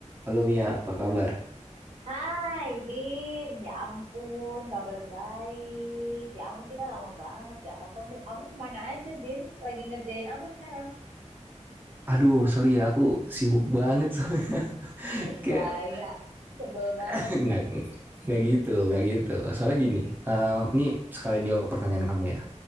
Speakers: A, on the right; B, on the right.
A: Halo Mia, apa kabar?
B: Hai Bim, ya ampun, kabar baik. Ya ampun, kita lama banget nggak ketemu. ya. Kamu kemana aja, Bim? Lagi ngerjain apa sekarang?
A: Aduh, sorry ya, aku sibuk banget soalnya. <laughs>
B: Ih,
A: Kayak
B: Gaya, sebel banget.
A: <laughs> nggak nggak gitu, nggak gitu. Soalnya gini, eh ini sekalian jawab pertanyaan kamu ya.